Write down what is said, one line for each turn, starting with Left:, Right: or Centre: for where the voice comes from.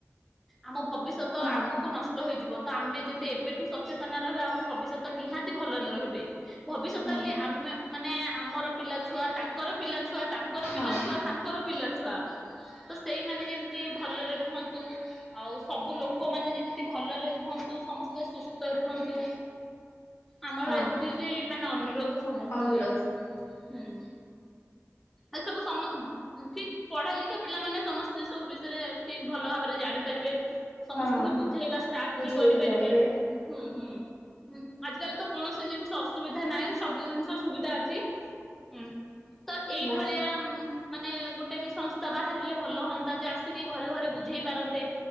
Centre: ଆମ ଭବିଷ୍ୟ ଷ୍ୟତ
Left: ହଁ
Centre: ଆଗକୁ ନଷ୍ଟ ହୋଇଯିବ, ତ ଆମେ ଯଦି ଏବେଠୁ ସଚେତନ ରହିବା ଆମ ଭବିଷ୍ୟତ ନିହାତି ଭଲରେ ରହିବ। ହୁଏ, ଭବିଷ୍ୟତ
Left: ହଁ
Centre: ବୋଲି ଆମେ ମାନେ ଆମର ପିଲା ଛୁଆ ତାଙ୍ ଙ୍କର ପିଲା ଛୁଆ ତାଙ୍କର
Left: ହଁ
Centre: ପିଲାଛୁଆ ତାଙ୍କର ପିଲାଛୁଆ ତ ସେଇମାନେ ଯେମିତି ଭଲରେ ରୁହନ୍ତୁ। ଆଉ ସବୁ ଲୋକମାନେ ଯେମିତି ଭଲରେ ରୁହନ୍ତୁ। ସମସ୍ତେ ସୁସ୍ଥ ରୁହନ୍ତୁ। ଆମର
Left: ହଁ
Centre: ଏତିକି ମାନେ ଅନୁରୋଧ ସମସ୍ତଙ୍କୁ
Left: ଅନୁରୋଧ
Centre: ଯେ ହୁଁ, ଏସବୁ ସମ <unintelligible> ଉଁ, ଠିକ୍ ପଢା ଲେଖା ପିଲାମାନେ ସମସ୍ତେ ଏ ସବୁ ବିଷୟରେ ଠିକ୍ ଭଲ ଭାବରେ ଜାଣିପାରିବେ। ସମସ୍ତଙ୍କୁ
Left: ହଁ
Centre: ବୁଝେଇବା ଷ୍ଟାର୍ଟ
Left: ବୁଝେଇ
Centre: ବି କରିପାରିବେ।
Left: ପାରିବେ
Centre: ହୁଁ, ହୁଁ, ହୁଁ, ଆଜିକାଲି ତ କୌଣସି ଜିନିଷ ଷ ଅସୁବିଧା ନାହିଁ, ସବୁ ଜିନିଷ ସୁବିଧା ଅଛି ଉଁ, ତ ଏଇଭଳିଆ
Left: ବା
Centre: ଉଁ, ମାନେ ଗୋଟେ ବି ସଂସ୍ଥା ବାହାରିଲେ ଭଲ ହଅନ୍ତା ଯେ ଆସିକି ଘରେ ଘରେ ବୁଝେଇ ପାରନ୍ତେ।